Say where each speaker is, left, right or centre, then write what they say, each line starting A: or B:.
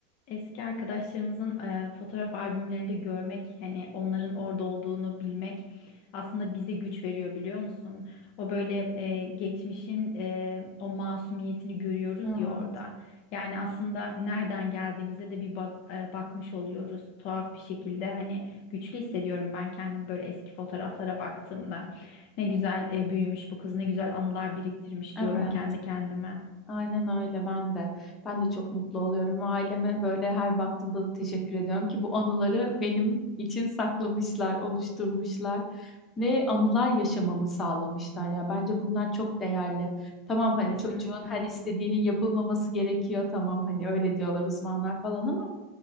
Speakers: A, on the left; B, on the left.
A: Eski arkadaşlarımızın e, fotoğraf albümlerinde görmek, hani onların orada olduğunu bilmek aslında bize güç veriyor biliyor musun? O böyle e, geçmişin e, o masumiyetini görüyoruz
B: Ama
A: ya orada. Yani aslında nereden geldiğimize de bir bak, e, bakmış oluyoruz. Tuhaf bir şekilde hani güçlü hissediyorum ben kendimi böyle eski fotoğraflara baktığımda. Ne güzel e, büyümüş bu kız, ne güzel anılar biriktirmiş
B: Evet.
A: diyorum kendi kendime.
B: Aynen öyle ben de. Ben de çok mutlu oluyorum ve aileme böyle her baktığımda da teşekkür ediyorum ki bu anıları benim için saklamışlar, oluşturmuşlar ve anılar yaşamamı sağlamışlar ya. Bence bunlar çok değerli. Tamam hani
A: Kesinlikle.
B: çocuğun her istediğinin yapılmaması gerekiyor. Tamam hani öyle diyorlar uzmanlar falan ama